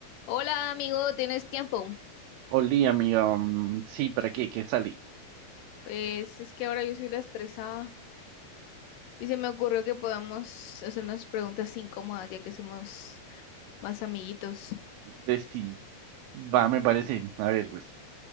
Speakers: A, on the left; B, on the right.
A: Hola amigo, ¿tienes tiempo?
B: Olí, amiga. mm, sí, ¿para qué? ¿Qué salí?
A: Pues es que ahora yo soy la estresada y se me ocurrió que podamos hacer unas preguntas incómodas ya que somos más amiguitos.
B: Vestí. Va, me parece. A ver, pues.